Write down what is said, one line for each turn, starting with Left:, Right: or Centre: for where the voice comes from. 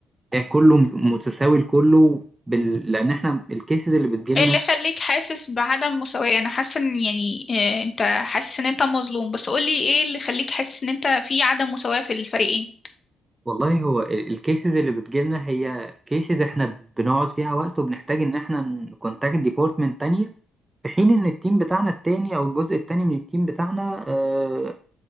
Right: كله متساوي لكله بال... لان احنا الكيسز اللي بتجيلنا
Left: ايه اللي خليك حاسس بعدم مساواة انا حاسة ان يعني آه، انت حاسس ان انت مظلوم بس قولي ايه اللي خليك حاسس ان انت في عدم مساواة في الفريقين
Right: والله هو الكيسز اللي بتجيلنا هي كيسز احنا بنقعد فيها وقت وبنحتاج ان احنا نكونتاكت ديبارتمنت تانية في حين ان التيم بتاعنا التاني او الجزء التاني من التيم بتاعنا آه،